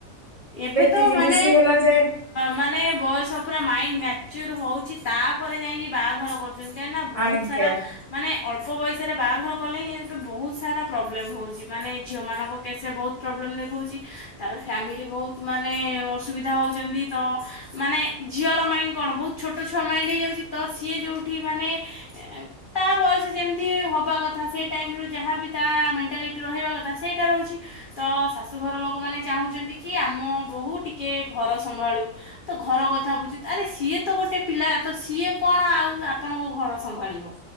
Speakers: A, on the left; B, on the right.
A: ଏବେ ତ
B: ତିରିଶି
A: ମାନେ
B: ହେଲା ଯାଏ
A: ମାନେ ବୟସ ପୁରା ମାଇଣ୍ଡ ମ୍ୟାଚର ହଉଚି। ତାପରେ ଯାଇକି ବାହାଘର କର କାହିଁକି ନା ବହୁତ
B: ଆଜ୍ଞା।
A: ସାରା ମାନେ ଅଳ୍ପ ବୟସରେ ବାହାଘର କଲେ ହିଁ ଏବେ ବହୁତ ସାରା ପ୍ରୋବ୍ଲେମ ହଉଛି। ମାନେ ଝିଅ ମାନଙ୍କ କେସ ରେ ବହୁତ ପ୍ରୋବ୍ଲେମ ଦେଖଉଚି। ତାପରେ ଫ୍ୟାମିଲି ବହୁତ ମାନେ ଅସୁବିଧା ହଉଛନ୍ତି। ତ ମାନେ ଝିଅର ମାଇଣ୍ଡ କଣ ବହୁତ ଛୋଟ ଛୁଆ ମାଇଣ୍ଡ ହେଇଯାଉଚି। ତ ସିଏ ଯୋଉଠି ମାନେ ତା ବୟସ ଯେମିତି ହବା କଥା ସେ ଟାଇମ ରୁ ଯାହାବି ତା ମେଣ୍ଟାଲି ରହିବା କଥା ସେଇଟା ରହୁଛି ତ ଶାଶୁଘର ଲୋକ ମାନେ ଚାହୁଁଛନ୍ତି କି ଆମ ବୋହୁ ଟିକେ ଘର ସମ୍ଭାଳୁ ତ ଘର କଥା ବୁଝି ଆରେ ସିଏ ତ ଗୋଟେ ପିଲା ତ ସିଏ କଣ ଆଉ ଆପଣଙ୍କ ଘର ସମ୍ଭାଳିବ